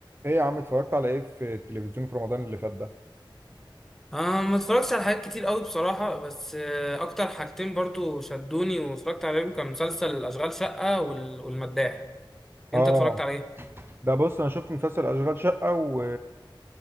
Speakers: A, on the right; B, in the centre.
A: ايه يا عم اتفرجت على ايه في التلفزيون في رمضان اللي فات ده
B: آه ما اتفرجتش على حاجات كتير قوي بصراحة بس آه أكتر حاجتين برضو شدوني واتفرجت عليهم كان مسلسل أشغال شقة وال... والمداح أنت
A: اه
B: اتفرجت على إيه؟
A: ده بص انا شفت مسلسل اشغال شقة و...